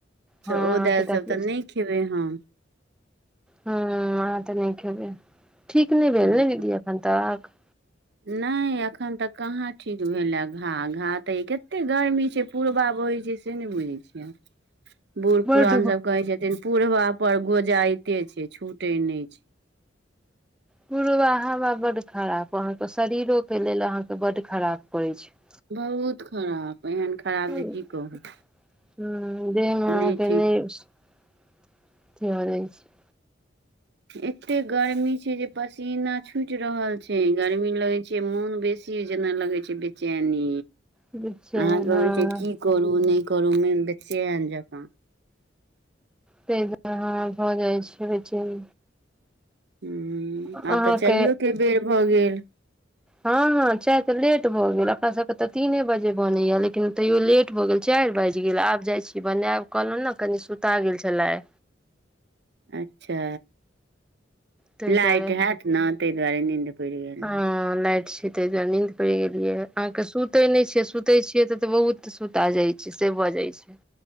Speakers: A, in the centre; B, on the right (about 65°).
A: हँ
B: तऽ ओ दालि
A: किताब
B: सब तऽ नइ खेबै हम
A: ह आँहा तऽ नहि खैबै ठीक नहि भेल
B: हँ
A: ने दीदी एखन तऽक
B: नहि एखन तक कहाँ ठीक भेले घा घा त कते गर्मी छै पूरबा बहै छै से नहि बुझैत छियै आहां बूढ़
A: बड
B: पुरान सब कहै छथिन पुढ़बा पर गोजायइते छै छूटे नहि छै
A: पूर्बा हवा बड्ड खराब अहाँके शरीरो के लेल अहाँके बड्ड खराब करै छै
B: बहुत खराब एहन खराब
A: <unintelligible>
B: जे की कहू नहि ठीक
A: तआरै छै <unintelligible>
B: एते गर्मी छै जे पसीना छूटि रहल छै गर्मी लगे छै मोन बेसी जेना लगै छै बेचैनी
A: बेचैन
B: अहाँके
A: हँ
B: होइ छै की करू नहि करू मेन बेचेन जकाँ
A: ते दुर ह भऽ जाइ छै बेचैन
B: हू
A: अहाँके
B: आब तऽ चायहो के बेर भऽ गेल
A: हँ हँ, चाय तऽ लेट भऽ गेल अपना सभके तऽ तीने बजे बनैया लेकिन तैयो लेट भऽ गेल चारि बाजि गेल आब जाइ छी, बनायब कहलहुँ ने कनी सुता गेल छलै आ
B: अच्छा
A: ताहि
B: लाइट
A: दुआरे
B: हयत न तै दुआरे नींद पड़ि गेल रहै
A: हँ, लाइट छी तय दुआरे नींद पड़ि गेलियै अहाँकेँ सुते नहि छियै, सुते छियै तऽ बहुत सुता जाइ छै से भऽ जाइ छै।